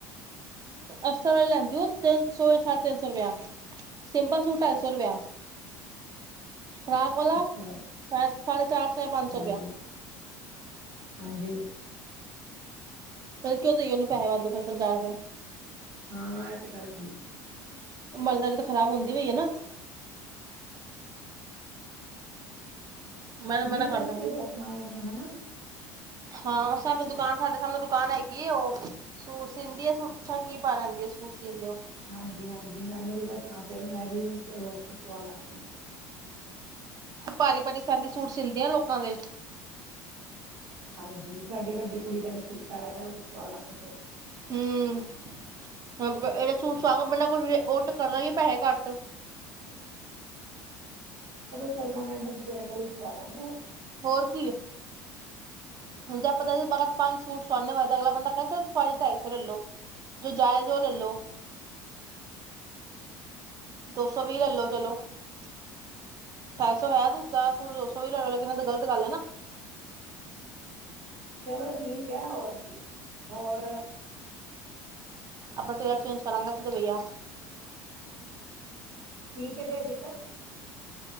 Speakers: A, on the right (about 40°); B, on the right (about 65°).
A: ਅਸਲ ਵਾਲੀ ਲੈਂਦੀ ਹੋ ਤਿੰਨ ਸੌ ਜਾਂ ਸਾਢੇ ਤਿੰਨ ਸੌ ਰੁਪਇਆ ਸਿੰਪਲ ਸੂਟ ਢਾਈ ਸੌ ਰੁਪਇਆ ਫਰਾਕ ਵਾਲਾ
B: ਅੱਛਾ
A: ਸ਼ਾਇਦ ਸਾਢੇ ਚਾਰ ਸੌ ਜਾਂ ਪੰਜ
B: ਹਾਂਜੀ
A: ਸੌ ਰੁਪੀਆ
B: ਹਾਂਜੀ
A: ਫਿਰ ਕਿਉਂ ਦਈਏ ਉਹਨੂੰ ਪੈਸੇ ਵੱਧ ਫੇਿਰ ਪੰਜਾਹ ਰੁਪਏ
B: ਹਾਂ ਇਹ ਤੇ ਗੱਲ ਠੀਕ
A: ਮਲਦਰਦ ਖ਼ਰਾਬ ਹੁੰਦੀ ਪਈ ਹੈ ਨਾ ਮੈਂ ਤਾਂ
B: ਨਹੀਂ
A: ਮਨਾ ਕਰ
B: ਪੁੱਛ
A: ਦੂੰਗੀ
B: ਕੇ ਦੱਸਣਾ
A: ਆ
B: ਮੈਨੂੰ ਹੈ ਨਾ
A: ਹਾਂ ਸਾਨੂੰ ਦੁਕਾਨ ਸਾਡੇ ਸਾਨੂੰ ਦੁਕਾਨ ਹੈਗੀ ਉਹ ਸੂਟ ਸੀਂਦੀ ਆ ਪੁਛਾ ਗੀ ਕੀ ਭਾਅ ਲੈਂਦੀ ਆ ਸੂਟ ਸੀੀਂਦੇ ਉਹ
B: ਹਾਂਜੀ ਹਾਂਜੀ ਮੈਨੂੰ ਵੀ ਦੱਸਣਾ ਫਿਰ ਮੈਂ ਵੀ ਉਦਰੋ ਸਵਾਲਾਂਗੀ
A: ਭਾਰੀ ਭਾਰੀ ਫੈਸੀ ਸੂਟ ਸੀਦੀ ਤੇ ਲੋਕਾਂ ਦੇ
B: ਹਾਂਜੀ ਸਾਡੀ ਵੱਡੀ ਕੁੜੀ ਦਾ ਵੀ ਸੂਟ ਆਇਆ ਤਾਂ ਉਹ ਵੀ ਸਵਾ ਲਾਂਗੇ ਫੇਰ
A: ਹਮ ਇਹਦਾ ਸੂਟ ਸੁਵਾਗ ਬੰਨਾ ਕੋ ਉਹਟ ਕਰਦਾ ਗੀ ਪੈਸੇ ਘੱਟ
B: ਬੜ ਮ ਇਂ ਤੇਰੇ ਕੋਲਈ ਸਵਾਾਲਾਂ ਨੂੰ
A: ਹੋਰ ਕੀ ਆ ਹੁਣ ਜੇ ਆਪਾਂਤਾ ਸੀ ਪੰਜ ਸੂਟ ਸਆੇ ਹੋਏ ਅਗਲਾ ਬੰਦਾ ਕਹਣਦਾ ਚ ਸਵਾਈ ਢਾਈ ਸੌ ਲੈਲੋ ਜੋ ਜਾਇਜ਼ ਉਹ ਲੈਲੋ ਦੋ ਸੌ ਵੀ ਲੈਲੋ ਚਲੋ ਅਠਾਈ ਸੌ ਹੈ ਤੁਦਾ ੋਣ ਦੋ ਸੋ ਵੀ ਲੈ ਲਓ ਲੇਕਿਨ ਇਹ ਦੀ ਗਲਤ ਗੱਲ ਹੈ ਨਾ
B: ਚਲੋ ਠੀਕ ਹੈ ਹੋਰ ਕੀ ਹੋਰ
A: ਅਪ ਟ ਅ ਚ ਰਗਾ ਸੀ ਤੇ ਵਈਆ
B: ਠੀਕ ਦੇ ਦਿੱਤਾ